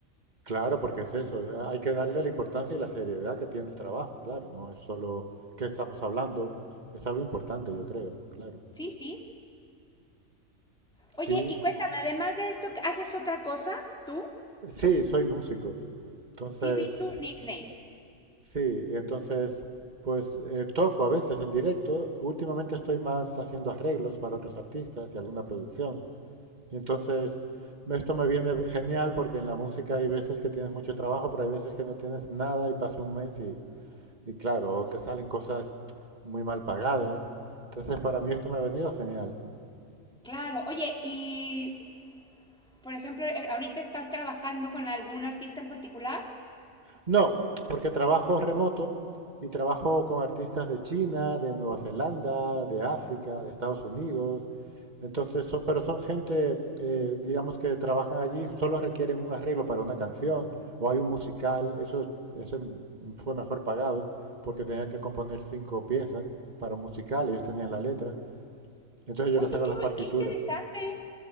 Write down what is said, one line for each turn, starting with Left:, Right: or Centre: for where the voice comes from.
Right: Claro, porque es eso, eh, hay que darle la importancia y la seriedad que tiene el trabajo, claro, no es solo que estamos hablando, es algo importante, yo creo, claro.
Centre: Sí, sí. Oye,
Right: Sí,
Centre: y cuéntame, además de esto, ¿haces otra cosa tú?
Right: sí, soy músico. Entonces,
Centre: Sí, vi tu nickname.
Right: sí, y entonces, pues eh, toco a veces en directo. Últimamente estoy más haciendo arreglos para otros artistas y alguna producción. Y entonces, me- esto me viene genial porque en la música hay veces que tienes mucho trabajo, pero hay veces que no tienes nada y pasa un mes y, y claro, te salen cosas muy mal pagadas. Entonces, para mí esto me ha venido genial.
Centre: Claro. Oye, y por ejemplo, eh, ahorita estás trabajando con algún artista en particular.
Right: No, porque trabajo remoto y trabajo con artistas de China, de Nueva Zelanda, de África, de Estados Unidos Entonces, son, pero son gente, eh, digamos, que trabajan allí, solo requieren un arreglo para una canción o hay un musical, eso ese fue mejor pagado porque tenía que componer cinco piezas para un musical, ellos tenían la letra, entonces
Centre: Oye,
Right: yo les hago
Centre: qué,
Right: las
Centre: bu-
Right: partituras.
Centre: qué interesante.